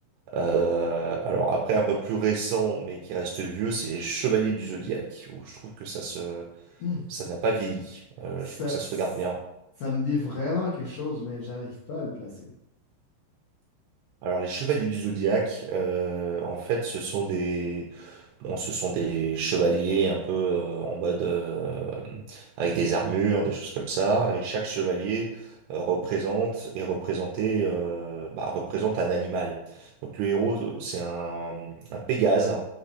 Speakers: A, on the right; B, on the left.
A: Euh, alors après un peu plus récent, mais qui reste vieux, c'est les Chevaliers du Zodiaque, où je trouve que ça se
B: Hmm.
A: ça n'a pas vieilli. Euh,
B: Ça,
A: je trouve que ça
B: c-
A: se regarde bien.
B: ça me dit vraiment quelque chose, mais j'arrive pas à le placer.
A: Alors les Chevaliers du Zodiaque, euh, en fait, ce sont des Bon, ce sont des chevaliers un peu euh, en mode euh, avec des armures, des choses comme ça. Et chaque chevalier euh, représente et représenté euh, bah, représente un animal. Donc le héros, euh, c'est un, un Pégase.